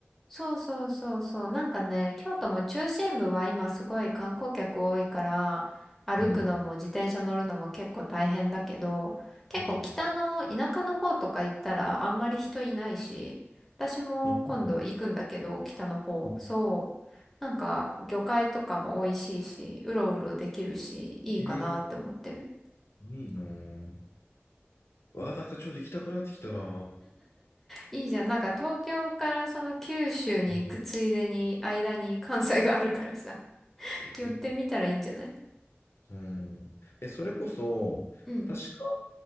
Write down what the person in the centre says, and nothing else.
そうそうそうそう。なんかね、京都も中心部は今すごい観光客多いから、歩くのも自転車乗るのも結構大変だけど、
結構北の田舎の方とか行ったらあんまり人いないし、
私も今度行くんだけど、
北の方、
そう。なんか魚介とかも美味しいし、うろうろできるし、いいかなって思ってる。
いいじゃん。なんか東京からその九州に行くついでに、
間に関西があるからさ、
寄ってみたらいいんじゃない
うん。